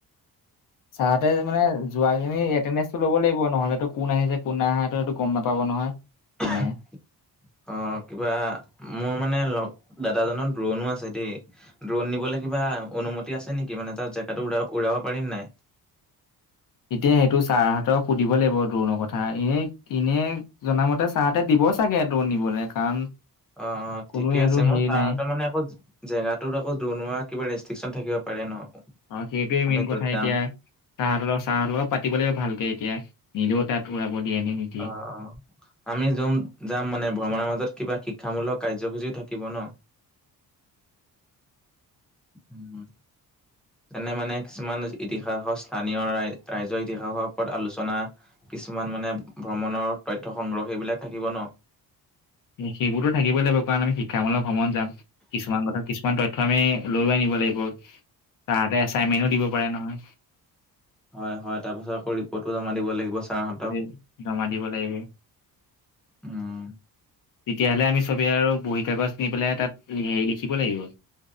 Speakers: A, on the left; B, in the centre.
A: চা-হতে মানে যোৱাখিনি এটেডেঞ্চটো ল'ব লাগিব নহলেতো কোন আহিছে কোন নাই অহা সেটো সেইটো গম নাপাব নহয়
B: <unintelligible>
A: মানে
B: অ কিবা মোৰ মানে ল দাদাজনৰ দুৰণো আছে দেই ড্ৰণ নিবলে কিবা অনুমতি আছে নিকি মানে তাত জেগাটো উৰা উৰাব পাৰিম নাই
A: এতিয়া সেইটো ছাৰহঁতক সুধিব লাগিব ড্ৰণৰ কথা এনে এনেই জনামতে চা-হতে দিব চাগে ড্ৰুণ নিবলে কাৰণ
B: অ অ
A: কোনো
B: ঠিকে
A: এইটো
B: আছে মই
A: হেৰি
B: চাৰহতে
A: নাই
B: মানে আকৌ জেগাটো আকৌ ডাৰুণ উৰুৱা কিবা ৰেষ্ট্ৰিকশ্যন থাকিব পাৰে ন
A: অ সেইটোৱে
B: আমি
A: মেইন
B: য'ত
A: কথা
B: যাম
A: এতিয়া চাৰহতঁৰ লগত চাৰহতঁৰ লগত পাতিব লাগিব ভালকে এতিয়া নিলেও তাত উৰাব দিয়েনে
B: অ অ আমি যম যাম মানে ভ্ৰমণৰ মাজত কিবা শিক্ষামূলক কাৰ্যসূচী থাকিব ন উম যেনে মানে কিছুমান ইতিহাসৰ স্থানীয় ৰাই ৰাইজৰ ইতিহাসৰ ওপৰত আলোচনা কিছুমান মানে ভ্ৰমণৰ তথ্য সংগ্ৰহ সেইবিলাক থাকিব ন
A: সেইবোৰতো থাকিবই লাগিব কাৰণ আমি শিক্ষামূলক ভ্ৰমণ যাম কিছুমান কথা কিছুমান তথ্ থ আমি লৈও আনিব লাগিব চাৰহতে এচাইনমেন্টও দিব পাৰে নহয়
B: হয় হয় তাৰপিছত আকৌ ৰিপৰ্টো জমা দিব লাগিব ছাৰহত
A: সে জমা দিব লাগিব
B: উম
A: তেতিয়াহ'লে আমি চবেই আৰু বহী কাগজ নি পেলাই তাত হেৰি লিখিব লাগিব